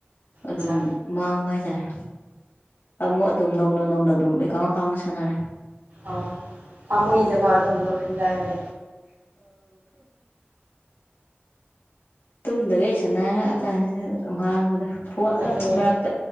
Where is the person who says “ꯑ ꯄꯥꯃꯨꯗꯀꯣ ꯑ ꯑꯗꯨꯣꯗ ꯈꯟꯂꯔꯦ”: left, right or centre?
Right